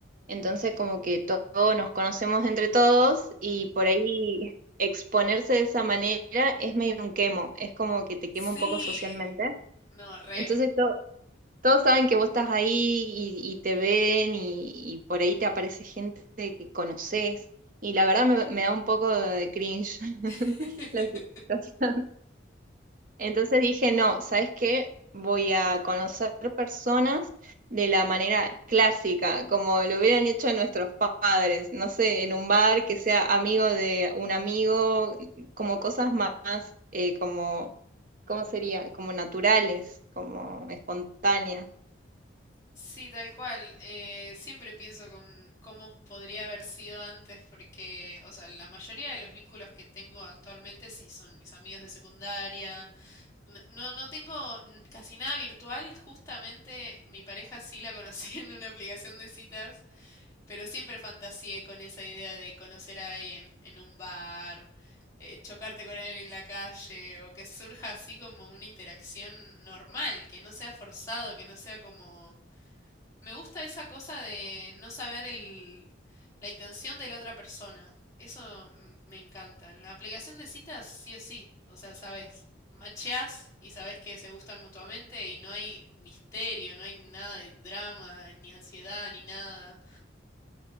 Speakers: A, on the right; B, on the left.
A: entonces como que to- todos nos conocemos entre todos y por ahí <laughs> exponerse de esa manera es medio un quemo, es como que te quema
B: Sí,
A: un poco socialmente.
B: No, re.
A: Entonces to- Todos saben que vos estás ahí y, y te ven y, y por ahí te aparece gente que conoces. Y la verdad me, me da un poco de cringe <laughs>
B: <laughs>
A: la situación. Entonces dije, no, ¿sabes qué? Voy a conocer personas de la manera clásica, como lo hubieran hecho nuestros pa- padres, no sé, en un bar que sea amigo de un amigo, como cosas más, eh, como, ¿cómo sería? Como naturales, como espontáneas.
B: Sí, tal cual. Eh, siempre pienso con cómo podría haber sido antes, porque, o sea, la mayoría de los vínculos que tengo actualmente sí son mis amigos de secundaria. No, no, no tengo n- casi nada virtual. Justamente mi pareja sí la conocí <laughs> en una aplicación de citas. Pero siempre fantaseé con esa idea de conocer a alguien en un bar, eh, chocarte con alguien en la calle, o que surja así como una interacción normal, que no sea forzado, que no sea como... Me gusta esa cosa de no saber el, la intención de la otra persona. Eso m- me encanta. En la aplicación de citas, sí o sí, o sea, sabes, macheás y sabes que se gustan mutuamente y no hay misterio, no hay nada de drama, ni ansiedad, ni nada.